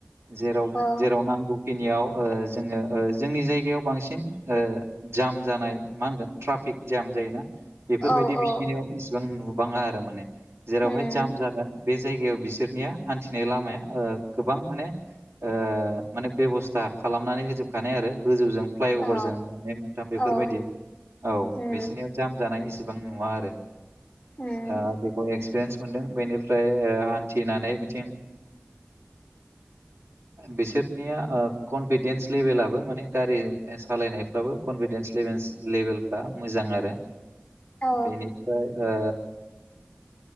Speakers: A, on the right (about 80°); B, on the left (about 25°).
A: जेराव
B: औ
A: जेराव नांगौ खिनियाव ओ जोङो ओ जोंनि जायगायाव बांसिन ओ जाम जानाय मा होनगोन ट्राफिक जाम जायोना बेफोरबायदि
B: औ
A: बिसिनायाव
B: औ
A: इसिबां नुबाङा आरो माने। जेरावहाय
B: उम
A: जाम जागोन बे जायगायाव बिसोरनिया हान्थिनाय लामाया गोबां माने ओ माने बेब'स्था खालामनानै होजोबखानाय आरो गोजौजों फ्लाइअभारजों
B: औ
A: मोननै मोनथाम बेफोरबायदि
B: औ
A: औ
B: उम
A: बिसिनियाव जाम जानाय इसेबां नुवा आरो
B: उम
A: ओ बे एक्सपिरियेन्स मोनदों बेनिफ्राय हान्थिनानै बिथिं बिसोरनिया कनफिदेन्स लेभेलाबो माने गारि सालायनायफ्राबो कनफिडेन्स लेभेलफ्रा मोजां आरो
B: औ
A: बेनिफ्राय ओ